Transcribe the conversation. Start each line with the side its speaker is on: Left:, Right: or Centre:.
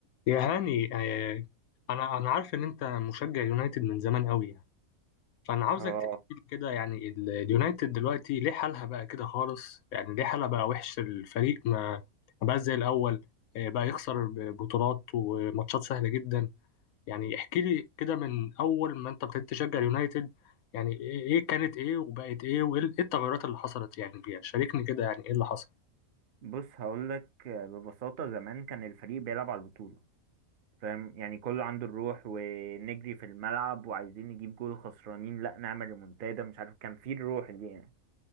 Left: يا هاني آه، انا انا عارف ان انت مشجع يونايتد من زمان قوي يعني فانا عاوزك
Right: اه
Left: تحكي لي كده يعني ال- اليونايتد دلوقتي ليه حالها بقى كده خالص يعني ليه حالها بقى وحش الفريق ما ما بقاش زي الاول آه، بقى يخسر بطولات وماتشات سهلة جدا يعني احكي لي كده من اول ما انت ابتديت تشجع اليونايتد يعني ايه إيه كانت ايه وبقت ايه وايه ال- إيه التغيرات اللي حصلت يعني فيها شاركني كده يعني ايه اللي حصل
Right: بص هقول لك ببساطة زمان كان الفريق بيلعب على البطولة فاهم يعني كله عنده الروح ونجري في الملعب وعايزين نجيب جول خسرانين لا نعمل ريمونتادا مش عارف كان فيه الروح دي يعني